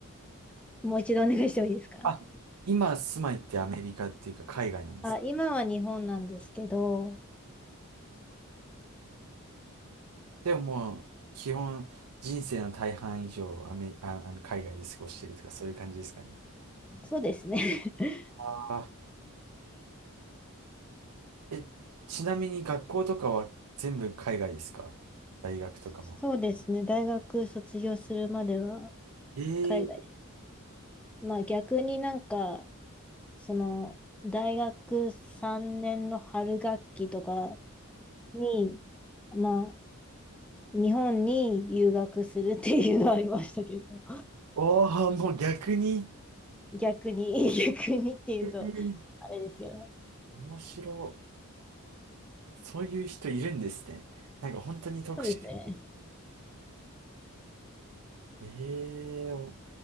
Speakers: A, in the centre; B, on the right.
A: あ、もう一度お願いしてもいいですか
B: あ、今住まいってアメリカっていうか海外なんですか
A: あ、今は日本なんですけど、
B: でももう、基本、人生の大半以上、アメ、あ、あの海外で過ごしてるとか、そういう感じですかね。
A: そうですね。<laughs>
B: ああ。え、ちなみに学校とかは全部海外ですか大学とかも。
A: そうですね。大学卒業するまでは
B: ええ
A: 海外。まあ逆になんか、その、大学3年の春学期とかに、まあ、日本に留学するっていうのはありましたけど。
B: おお、もう逆に、
A: 逆に、<laughs> 逆にっていうと、
B: えー
A: あれですけど。
B: 面白い。そういう人いるんですね。なんか本当に特殊。
A: そうですね。
B: ええお、